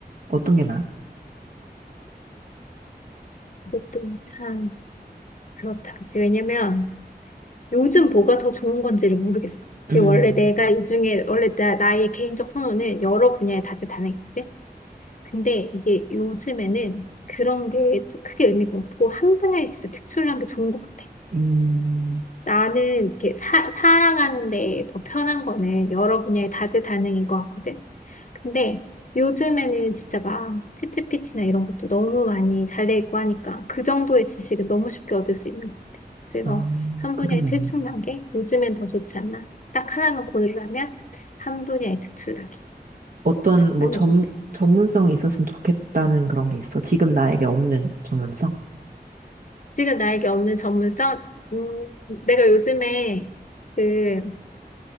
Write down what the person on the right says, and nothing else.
어떤 게 나아?
음.
음,
아,
그러네.
어떤, 뭐,
전,
전문성이 있었으면 좋겠다는 그런 게 있어. 지금 나에게 없는 전문성?